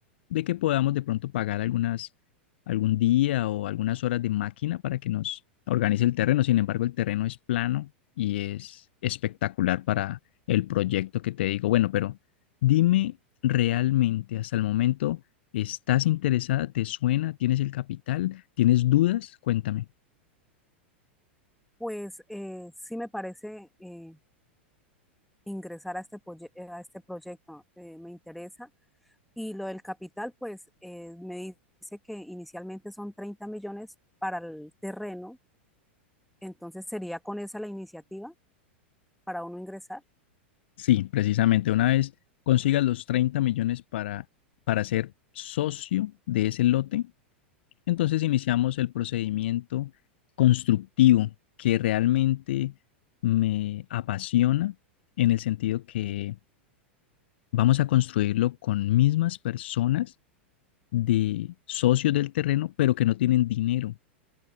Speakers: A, on the left; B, in the centre.
A: de que podamos de pronto pagar algunas, algún día o algunas horas de máquina para que nos organice el terreno. Sin embargo, el terreno es plano y es espectacular para el proyecto que te digo. Bueno, pero dime realmente hasta el momento, ¿estás interesada? ¿Te suena? ¿Tienes el capital? ¿Tienes dudas? Cuéntame.
B: Pues eh, sí me parece eh, ingresar a este, proye- eh, a este proyecto, eh, me interesa. Y lo del capital, pues eh, me dice que inicialmente son 30 millones para el terreno, entonces sería con esa la iniciativa para uno ingresar.
A: Sí, precisamente, una vez consigas los 30 millones para, para ser socio de ese lote, entonces iniciamos el procedimiento constructivo que realmente me apasiona en el sentido que vamos a construirlo con mismas personas de socios del terreno, pero que no tienen dinero.